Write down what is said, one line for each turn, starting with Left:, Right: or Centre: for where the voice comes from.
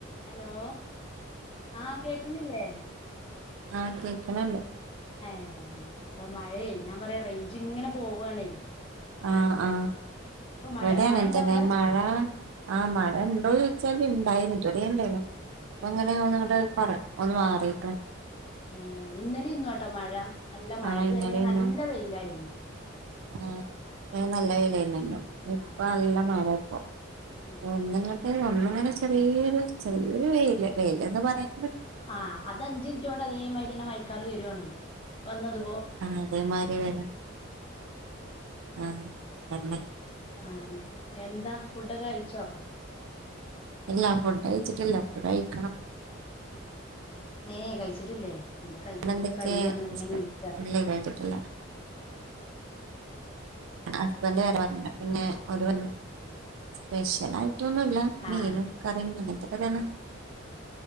Left: Hello ആ കേക്കുന്നില്ലേ
Right: ആ കേക്ക് ണ് ണ്ട്
Left: ഏ ഇവടെ മഴെ യ്യ് ഞാൻ പറയാ റൈഞ്ച് ഇങ്ങനെ പോവാണേ
Right: ആ ആ
Left: ഇപ്പൊ മഴ
Right: ഇവടെ അങ്ങൻ
Left: മഴ ഇണ്ട
Right: തന്നെ
Left: അവിടെ
Right: മഴ ആ
Left: ആഹ്
Right: മഴ ഇണ്ടോ ചോയിച്ചാല് ഇണ്ടായിനി ഇമ്പടിം ണ്ടനി അങ്ങനെ ഒന്ന് ങ്ങട്ട് കൊറി ഒന്ന് മാറിക്ക്ണ്
Left: ഏ ഇന്നലെ ഇന്നോട്ടൊ മഴ നല്ല മഴ
Right: ആ
Left: ഇതുവരെ
Right: ഇന്നലെ
Left: നല്ല
Right: ഇന്നും
Left: വെയിലായിരുന്നു
Right: ആ ഇതരെ നല്ല വെയിലായിന്നല്ലോ ഇപ്പ
Left: ആഹ്
Right: അല്ല മഴ ഇപ്പ
Left: നല്ല
Right: ഒന്ന്ങ്ങട്ട്
Left: മഴയാണ്
Right: ഒന്ന്ങ്ങനെ ചെറിയൊരു ചെറിയൊരു വെയില് വെയിലന്ന് പറയാ
Left: ആ അത് അഞ്ച്ൻറ്റോണ്ട് അതേമാതിരി ന്നെ മഴക്കാറ് വരുവാണേ വന്നതു
Right: ആ അതേമാതി വരാ ആ അതന്നെ
Left: അഅന്നെ എന്താ ഫുഡൊക്കെ കഴിച്ചോ
Right: ഇല്ലാ ഫുഡ് കഴച്ചിട്ട്ല്ലഫുഡ് കഴിക്കണം
Left: ഏ കഴിച്ച് ട്ട്ല്ലേ ഇന്റെ കൈക്കലൊക്കെ
Right: അവിടെ എന്തൊക്കെ
Left: കഴിഞ്ഞ് വന്ന് ഇങ്ങനെ ഇരിക്കാ
Right: ഇല്ലേ കഴിച്ചിട്ടില്ല ഹസ്ബന്റ് വേറെ പറഞ്ഞ്ണ് പിന്നെ ഓര് പർഞ്ഞു സ്പെഷ്യലായിട്ട് ഒന്നുല്ല മീനും
Left: ആഹ്
Right: കറീം അങ്ങൻ ത്തെ <unintelligible> താണ്